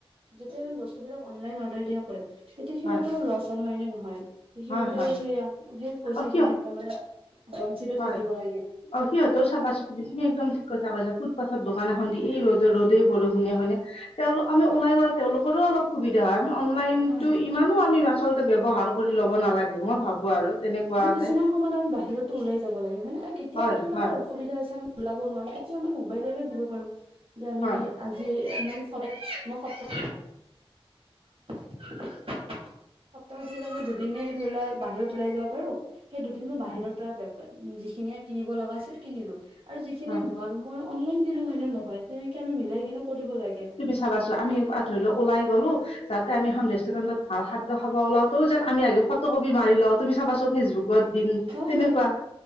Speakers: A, on the right; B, on the left.
A: যেতিয়া আমি বস্তুবিলাক অনলাইন অৰ্ডাৰ দিয়া হ'ল, তেতিয়া সিহঁতৰো
B: হয়
A: লছ হ'ল, হয় নে নহয়? সিহঁতেও
B: হয় হয়
A: সেই সেই পইচা
B: অ কিয়
A: খিনি ত মানে বঞ্চিতো
B: হয়
A: থাকিব লাগিল।
B: অ' সিহঁতৰো চাবাচোন তুমি, তুমি একদম ঠিক কথা কৈছা, ফুটপাথত দোকান এখন দি এই ৰ'দৰ ৰ'দেই, বৰষুনে হয়নে তেওঁলোক আমি ওলাই গ'লে তেওঁলোকৰো অলপ সুবিধা হয়। আমি অনলাইনতো
A: হয় হয়
B: ইমানো আমি আচলতে ব্যৱহাৰ কৰি ল'ব নালাগে মই ভাবো আৰু তেনেকুৱাকে
A: আমি কিছুমান সময়ত আমি বাহিৰতো ওলাই যাব লাগে হয়নে, কেতিয়াবা
B: হয়
A: ধৰি লোৱা
B: হয়
A: আমাৰ অসুবিধা হৈছে আমি ওলাব নোৱাৰোঁ, তেতিয়া আমি মোবাইলৰে দিব পাৰোঁ যে আমি
B: হয়
A: আজি মোৰ ফতে মোৰ সপ্তাহ <unintelligible> সপ্তাহত ধৰি ল'লে মই দুদিনে ধৰি লোৱা বাহিৰত ওলাই যাব পাৰোঁ। সেই দুদিন মই বাহিৰৰ
B: হয়
A: পৰা বেপাৰ যিখিনিয়ে কিনিব লগা আছিল কিনিলোঁ। আৰু যিখিনি
B: হয়
A: নোৱাৰোঁ মই অনলাইন দিলোঁ হয়নে নহয়, তেনেকে আমি মিলাই কেনে কৰিব লাগে।
B: চাবা চোৱা আমি ধৰি লোৱা ওলাই গলো, যাতে আমি এখন ৰেষ্টুৰেণ্টত ভাল খাদ্য খাব ওলাওঁ ত যেন আমি আগে ফটো কপি মাৰি লওঁ, তুমি চাবাচোন ফেচবুকত দিম
A: হয়
B: তেনেকুৱা
A: হয় হয়